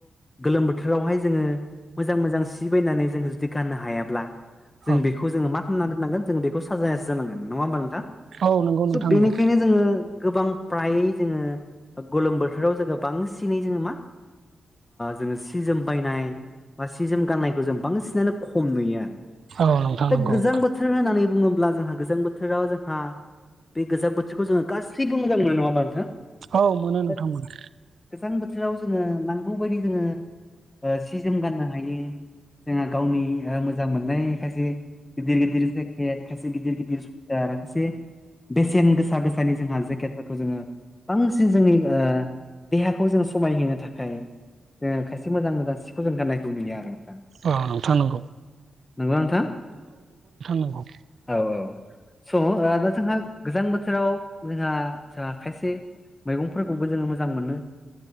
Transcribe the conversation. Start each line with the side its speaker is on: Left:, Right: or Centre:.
Left: गोलोम बोथोरावहाय जोङो मोजां मोजां बायनानै जों जुदि गनो हायाब्ला जों
Right: औ
Left: बेखौ जोङो मा खालामनाोननांगोन जोङ बेखौाजास जानांग नङा होमबा नोंथां
Right: औ नंगौ
Left: स'
Right: नोंथां
Left: बेनिखायनो
Right: नंगौ
Left: जोङो गोबां फ्रायै जोङो गोलोम बोथोराव जोङो बांसिनै जोङो मा जोङो सि जोम बायनाय बा सि जोम गाननाय जों बांसिनानो खम नुयो आरो
Right: औ नोंथां
Left: दा
Right: नंगौ
Left: गोजां
Right: नोंथां
Left: बोथोर बोथोर होननानै बुङोब्ला जोंहा गोजां बोथोराव जोंहा बे गोजां बोथोरखौ जोङो गासैबो मोजां मोनो नङाबा नोंथां
Right: औ मोनो
Left: दा
Right: नोंथांमोना
Left: गोजां बोथोराव जोङो नांगौ बायदि जोङो सि जोम गाननो हायो जोंहा गावनि मोजां मोननाय खायसे गिदिर गिदिरस खे खायसे गिदिर गिदिर सुथार खायसे बेसेन गोसा गोसानि जोंहा जेकेटफोरखौ जोङो बांसिन जोंनि देहाखौ जोंङ समायहो थाखाय जोङो खायसे मोजां मोजां सिखौ जों गाननायखौ नुयो आरो दा
Right: अ नोंथांनांगौ
Left: नोंगौ नोंथाङ
Right: नंगौ
Left: औ औ स' दा जोंहा गोजां बोथोराव जोंहा जोंहा खायसे मैगंफोरखौबो जोङो मोजां मोनो